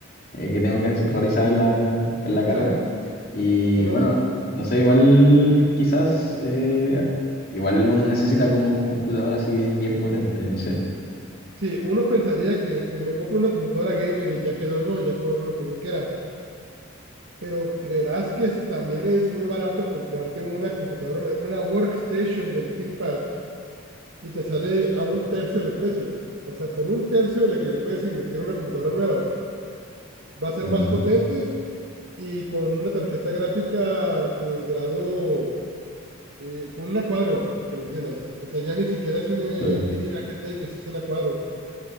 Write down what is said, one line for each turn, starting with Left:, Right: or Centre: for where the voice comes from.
Left: eh, que tengo que realizar en la, en la carrera.
Right: Mira,
Left: Y
Right: Donald,
Left: bueno, no sé, igual quizás, eh, igual uno necesita como un computador así bien, bien potente, no sé.
Right: sí, uno pensaría que pues me compro una computadora gamer y ya quedó, ¿no? Ya corro lo que yo quiera. Pero creerás que es- también es muy barato comprarte una computadora, una, una workstation de la ThinkPad y te sale a un tercio del precio. O sea, por un tercio de lo que le puedes invertir a una computadora nueva. Va a ser
Left: Mm,
Right: más potente y con una tarjeta gráfica de grado, eh, con una cuadro, para que me entiendas. O sea, ya ni siquiera es una
Left: claro.
Right: Nvidia GTX, es una cuadro.